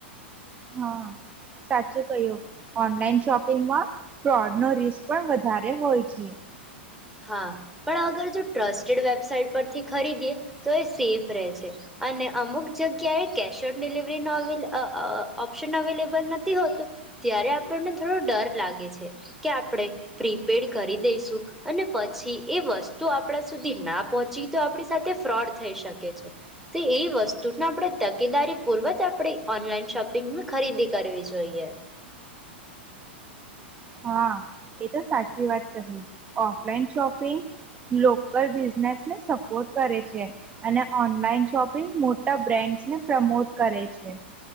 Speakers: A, on the right (about 20°); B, in the centre.
A: હા સાચું કય્યું ઓનલાઈન શોપિંગમાં ફ્રોડ નો રિસ્ક પણ વધારે હોય છે.
B: હા પણ અગર જો ટ્રસ્ટેડ વેબસાઈટ પરથી ખરીદીએ તો એ સેફ રહે છે અને અમુક જગ્યાએ કેશ ઓન ડિલવરીનો અવે ઓ ઓ ઓપ્શન અવેલેબલ નથી હોતું, ત્યારે આપણને થોડો ડર લાગે છે કે આપણે પ્રીપેડ કરી દઈશું. અને પછી એ વસ્તુ આપણા સુધી ના પહોંચી તો આપણી સાથે ફ્રોડ થઈ શકે છે. તો એ વસ્તુને આપણે તકેદારી પૂર્વક આપણે ઓનલાઈન શોપિંગમાં ખરીદી કરવી જોઈએ.
A: હા એ તો સાચી વાત કહી. ઓફલાઈન શોપિંગ લોકલ બિઝનેસને સપોર્ટ કરે છે અને ઓનલાઈન શોપિંગ મોટા બ્રાન્ડને પ્રમોટ કરે છે.